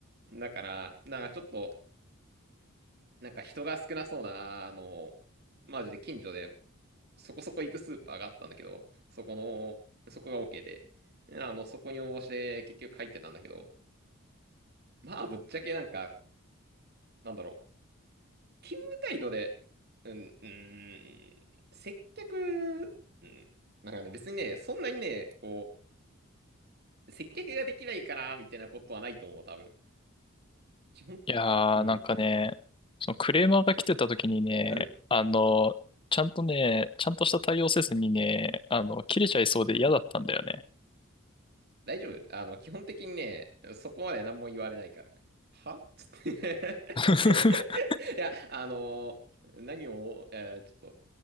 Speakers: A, on the right (about 50°); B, on the left (about 25°).
A: だから、なんかちょっと、なんか人が少なそうな、あの、マジで近所でそこそこ行くスーパーがあったんだけど、そこの、そこが OK で、あの、そこに応募して結局入ってたんだけど、まあぶっちゃけなんか、なんだろう。勤務態度で、うん、うーん、接客、うん、なんかね、別にね、そんなにね、こう、接客ができないから、みたいなことはないと思う、多分。基本、
B: いやー、
A: うん、
B: なんかね、そのクレーマーが来てた時にね、
A: うん、
B: あの、ちゃんとね、ちゃんとした対応せずにね、あの、切れちゃいそうで嫌だったんだよね。
A: 大丈夫。あの、基本的にね、そこまで何も言われないから。はっつって
B: <laughs>
A: <laughs> いや、あの何を、えーちょっと、